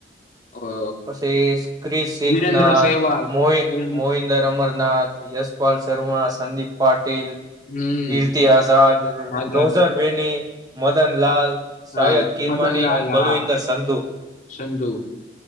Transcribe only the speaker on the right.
પછી ક્રિશીખનાથ
મોએ
મોહિન્દર અમર નાથ યશપાલ શર્મા સંદીપ પાટ ટિલ
કીર્તિ આઝાદ રો
રોઝર બેની મદન લાલ સાયદ
કિરમાની
અને બલવિંદર
સંધુ